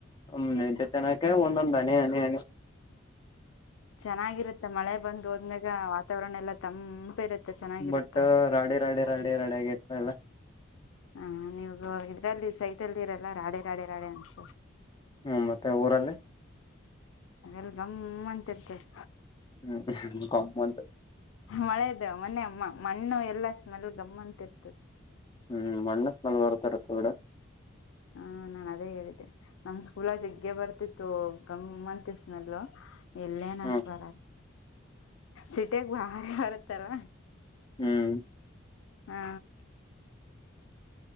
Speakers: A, on the left (about 20°); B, on the left (about 80°).
A: ಹ್ಮ್ ನಿ ತೆನಕೆ ಒಂದೊಂದಾನ ಅನ
B: ಚೆನ್ನಾಗಿರುತ್ತೆ ಮಳೆ ಬಂದು್ ಹೋದ್ಮ್ಯಾಗ ವಾತಾವರಣ ಎಲ್ಲಾ ತಂಪ ಇರುತ್ತೆ ಚೆನ್ನಾಗಿರುತ್ತೆ
A: ಬಟ್ ರಾಡಿ ರಾಡಿ ರಾಡಿ ರಾಡಿ ಆಗ ಇತ ಎಲ್ಲ
B: ಹ ನೀವ ಇದ್ರಲ್ಲಿ ಸೈಟಲ್ಲಿ ಇರಲ್ಲ ರಾಡೆ ರಾಡೆ ರಾಡೆ ಅನ್ಸ
A: ಹ್ಮ್ ಮತ್ತೆ ಊರಲ್ಲಿ
B: ಅಲ್ ಗಮ್ಮಂತಿ ಇರ್ತಾರೆ
A: ಹ್ಮ್ ಕಮ್ಮಂತ
B: ಮಳೆದು ಮೊೆ ಮಣ್ಣು ಎಲ್ಲಾ ಸ್ಮೆಲ್ ಗಮ್ಮಂತ ಇರ್ತದೆ
A: ಹ್ಮ್ ಮಣ್ಣಸ್ ಲ್ ಬರ್ತಾರೆ ತೂಡ
B: ಹ ನಾನ್ ಅದೇ ಹೇಳಿದ್ದೆ ನಮ್ ಸ್ಕೂಲ ಜಗ್ಗೆ ಬರ್ತಿತ್ತು ಗಮ್ಮಂತ ಸ್ಮೆಲ್ ಎಲ್ಲೇ ನ
A: ಹ್ಮ್
B: ಅಷ್ಟ ಬರದು ಸಿಟಿಯಾಗ ಭಾರಿ ಬರುತ್ತಲ್ಲ.
A: ಹ್ಮ್
B: ಹಾ